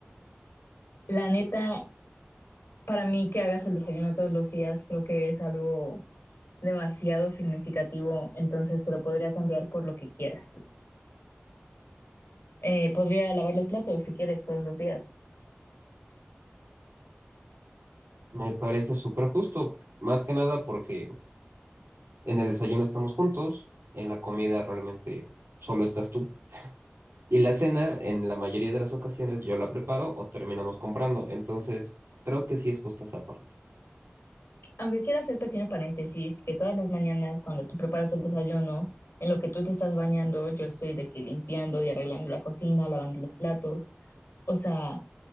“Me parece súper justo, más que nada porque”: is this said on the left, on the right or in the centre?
Right